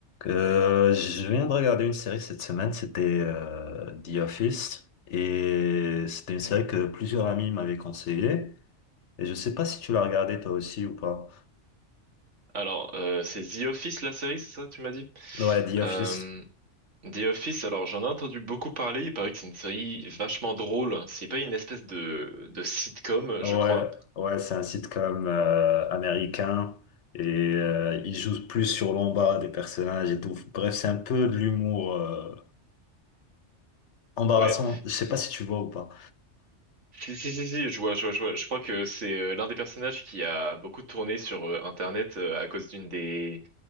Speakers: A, on the left (about 70°); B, on the right (about 75°).
A: Euh, je viens de regarder une série cette semaine, c'était euh, The Office, et c'était une série que plusieurs amis m'avaient conseillé, et je sais pas si tu l'as regardée toi aussi ou pas.
B: Alors, euh, c'est The Office, la série, c'est ça, tu m'as dit?
A: Ouais, The Office.
B: Euh, The Office, alors j'en ai entendu beaucoup parler, il paraît que c'est une série vachement drôle. C'est pas une espèce de, de sitcom,
A: Ouais,
B: je crois.
A: ouais, c'est un sitcom euh, américain, et euh, il joue plus sur l'embarras des personnages et tout. Bref, c'est un peu de l'humour euh, embarrassant.
B: Ouais.
A: Je sais pas si tu vois ou pas.
B: Si, si, si, si, je vois, je vois, je vois. Je crois que c'est euh, l'un des personnages qui a beaucoup tourné sur euh, Internet euh, à cause d'une des,